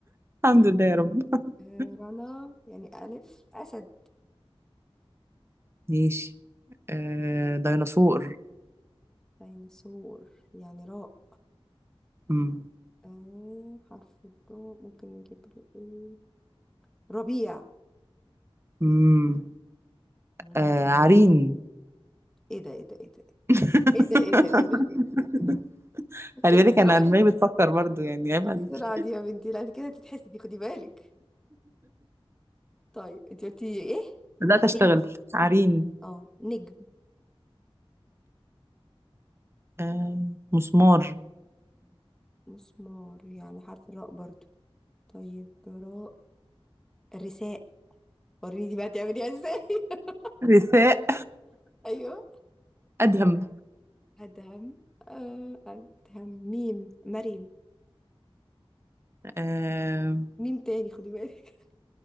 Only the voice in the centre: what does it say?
آه، رنا يعني ألف أسد
ديناصور يعني راء
آه حرف الضاد ممكن نجيب له إيه ربيع
مم.
إيه ده إيه ده إيه ده
إيه ده إيه ده إيه ده
إيه السرعة
دي
إيه
السرعة دي يا بنتي لا أنت كده تتحسدي خدي بالك طيب أنت قلتي إيه
عرين
أه نجم
مسمار يعني حرف الراء برضو طيب راء رساء وريني بقى تعمليها إزاي <laughs>
أيوه
أدهم آه، أدهم ميم مريم
مين تاني خدي بالك